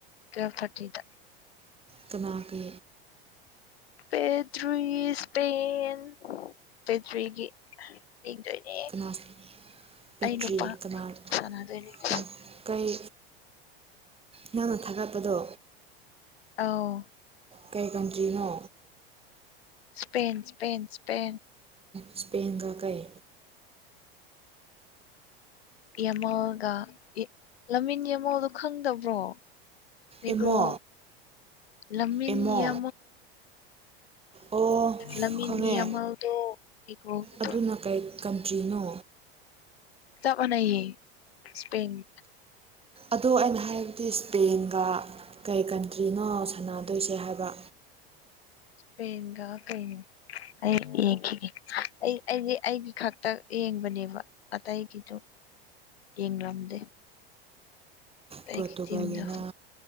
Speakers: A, on the left; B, on the right.
A: ꯇꯋꯦꯜ ꯊꯥꯔꯇꯤꯗ
B: ꯀꯅꯥ ꯀꯦ
A: ꯄꯦꯗ꯭ꯔꯤ ꯏꯁꯄꯦꯟ ꯄꯦꯗ꯭ꯔꯤꯒꯤ ꯌꯦꯡꯗꯣꯏꯅꯦ
B: ꯀꯅꯥ ꯕꯦꯇ꯭ꯔꯤ
A: ꯑꯩ ꯅꯨꯄꯥ
B: ꯀꯅꯥ
A: ꯁꯥꯟꯅꯗꯣꯏꯅꯦ ꯉꯁꯤꯗꯤ
B: ꯑꯣ ꯀꯩ ꯅꯪꯅ ꯊꯥꯒꯠꯄꯗꯣ
A: ꯑꯥꯎ
B: ꯀꯩ ꯀꯟꯗ꯭ꯔꯤꯅꯣ
A: ꯁꯄ ꯁꯄ ꯁꯄ
B: ꯏꯁꯄꯦꯟꯒ ꯀꯩ
A: ꯌꯦꯃꯜꯒ ꯂꯝꯃꯤꯟ ꯌꯦꯡꯃꯜꯗꯣ ꯈꯪꯗꯕ꯭ꯔꯣ ꯑꯩꯒ꯭ꯔꯣ
B: ꯑꯦꯃꯣ
A: ꯂꯝꯃꯤꯟꯗ
B: ꯑꯦꯃꯣ ꯑꯣ
A: ꯂꯝꯃꯤꯟ
B: ꯈꯪꯉꯦ
A: ꯑꯃꯜꯗꯣ ꯑꯦ꯭ꯔꯣꯒꯤꯗ
B: ꯑꯗꯨꯅ ꯀꯩ ꯀꯟꯇ꯭ꯔꯤꯅꯣ
A: ꯆꯕꯅꯌꯦꯌꯦ ꯏꯁꯄꯅꯤ
B: ꯑꯗꯣ ꯑꯩꯅ ꯍꯥꯏꯕꯗꯤ ꯏꯁꯄꯦꯟꯒ ꯀꯩ ꯀꯟꯇ꯭ꯔꯤꯅꯣ ꯁꯥꯟꯅꯗꯣꯏꯁꯦ ꯍꯥꯏꯕ
A: ꯁꯄꯟꯒ ꯀꯩꯅ ꯑꯩ ꯌꯦꯡꯈꯤꯒꯦ ꯑꯩ ꯑꯩꯗꯤ ꯑꯩꯒꯤ ꯈꯛꯇ ꯌꯦꯡꯕꯅꯦꯕ ꯑꯇꯩꯒꯤꯗꯨꯣ ꯌꯦꯡꯝꯗꯦ ꯇꯒꯤ
B: ꯄꯣꯔꯇꯨꯒꯜꯒꯤꯅ
A: ꯇꯤꯝꯗ